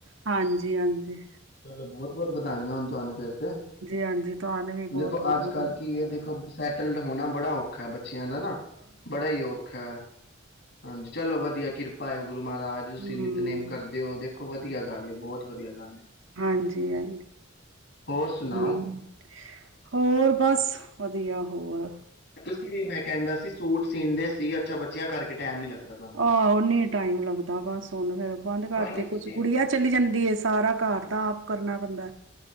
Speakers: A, on the right; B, on the left.
A: ਹਾਂਜੀ-ਹਾਂਜੀ।
B: ਚਲੋ ਬਹੁਤ ਬਹੁਤ ਵਧਾਈਆਂ ਹੋਨ। ਤੁਹਾਨੂੰ ਫਿਰ ਤੇ,
A: ਹਾਂਜੀ ਤੁਹਾਨੂੰ ਵੀ ਬਹੁਤ
B: ਦੇਖੋ
A: ਬਹੁਤ
B: ਆਜ-ਕੱਲ
A: ਵਧਾਈ।
B: ਕੀ ਇਹ ਦੇਖੋ ਸੈਟਲਡ ਹੋਣਾ ਬੜਾ ਔਖਾ ਹੈ ਬੱਚ ਚੱਯਾਂ ਦਾ ਨਾ ਬੜਾ ਹੀ ਔਖਾ ਹੈ, ਹਾਂਜੀ ਚਲੋ ਵਧੀਆ ਕਿਰਪਾ ਐ ਗੁਰੂ ਮਹਾਰਾਜ ਤੁਸੀਂ
A: ਹੂੰ
B: ਨਿਤਨੇਮ ਕਰਦੇ ਹੋ ਉਹਦੇ ਦੇਖੋ ਵਧੀਆ ਗੱਲ ਏ, ਬਹੁਤ ਵਧੀਆ ਗੱਲ ਏ।
A: ਹਾਂਜੀ-ਹਾਂਜੀ
B: ਹੋਰ ਸੁਣਾਓ
A: ਹੂੰ, ਹੋਰ ਬਸ ਵਧੀਆ। ਹੋਰ
B: ਤੁਸੀਂ ਵੀ ਮੈਂ ਕਹਿੰਦਾ ਸੀ ਸੂਟ ਸੀਂਦੇ ਸੀ, ਅੱਛਾ ਬੱਚਿਆਂ ਕਰਕੇ ਟੈਮ ਨੀ ਲੱਗਦਾ। ਤੁਹਾਨੂੰ
A: ਆਹੋ ਨੀ ਟਾਈਮ ਲੱਗਦਾ, ਬਸ ਹੁਨ ਫੇਰ ਬੰਦ ਕਰ
B: ਕੋਈ ਨੀ
A: ਤੇ, ਕੁਛ
B: ਤੁਸੀਂ
A: ਗੁੜੀਆ ਚਲੀ ਜਾਂਦੀ ਸਾਰਾ ਘਰ ਦਾ ਆਪ ਕਰਨਾ ਬੰਦਾ